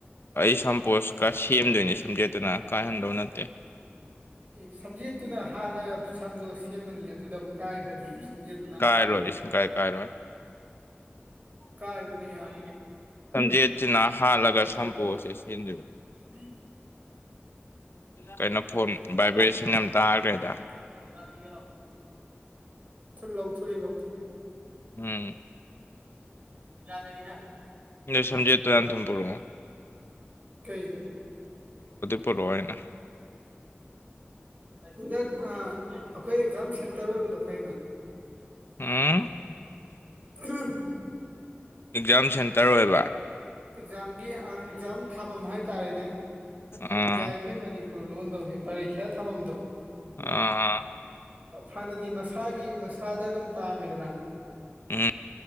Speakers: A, on the left; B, on the right.
A: ꯑꯩ ꯁꯝꯄꯣꯁꯀ ꯁꯦꯝꯗꯣꯏꯅꯦ ꯁꯝꯖꯦꯠꯇꯨꯅ ꯀꯥꯏꯍꯟꯗꯧ ꯅꯠꯇꯦ
B: ꯑꯦ ꯁꯝꯖꯦꯠꯇꯨꯅ ꯍꯥꯠꯂꯒ ꯁꯝꯗꯣ ꯁꯦꯝꯃꯅꯤ ꯑꯗꯨꯗ ꯑꯃꯨꯛ ꯀꯥꯏꯈ꯭ꯔꯗꯤ ꯁꯝꯖꯦꯠꯇꯨꯅ
A: ꯀꯥꯏ ꯔꯣꯍꯤꯁ ꯀꯥꯏ ꯀꯥꯏ ꯔꯣ
B: ꯀꯥꯏꯕꯅꯤ ꯌꯥꯝ
A: ꯁꯝꯖꯦꯠꯁꯤꯅ ꯍꯥꯠꯂꯒ ꯁꯝꯄꯣꯁꯁꯦ ꯁꯦꯝꯗꯣꯏꯅꯤ
B: <inaudible>
A: ꯀꯩꯅꯣ ꯐꯣꯟ ꯚꯥꯏꯕ꯭ꯔꯦꯁꯟ ꯌꯥꯝ ꯇꯥꯈ꯭ꯔꯦꯗ
B: ꯑꯣꯀꯦ ꯂꯥꯎꯁꯨꯣ ꯂꯧꯥꯎꯁꯨꯣ
A: ꯎꯝ
B: ꯖꯥꯗꯅꯤꯗ
A: ꯅ ꯁꯝꯖ ꯇ ꯑꯟꯊꯝ ꯄꯔꯣꯑꯣꯣ
B: ꯀꯩꯒ
A: ꯄꯨꯔꯛꯑꯣ ꯑꯩꯅ
B: ꯍꯟꯗꯛ ꯑꯩꯈꯣꯏ ꯑꯦꯛꯖꯥꯝ ꯁꯦꯟꯇꯔ ꯑꯣꯏꯕꯗꯣ ꯈꯩꯅ
A: ꯎꯝ
B: ꯎꯝ
A: ꯑꯦꯛꯖꯥꯝ ꯁꯦꯟꯇꯔ ꯑꯣꯏꯕ
B: ꯑꯦꯛꯖꯥꯝꯒꯤ ꯑꯦꯛꯖꯥꯝ ꯊꯥꯐꯝ ꯍꯥꯏꯇꯥꯔꯦꯅꯦ
A: ꯑꯥ
B: ꯌꯥꯔꯤꯈꯩ ꯃꯅꯤ ꯄ ꯂꯣꯟꯗꯧꯅꯤ ꯄꯔꯤꯈ꯭ꯌꯥ ꯊꯥꯐꯝꯗꯣ
A: ꯑꯥ
B: ꯍꯥꯟꯅꯗꯤ ꯃꯁꯥꯒꯤ ꯃꯁꯥꯗ ꯑꯗꯨꯝ ꯇꯥꯝꯃꯤꯗꯅ
A: ꯎꯝ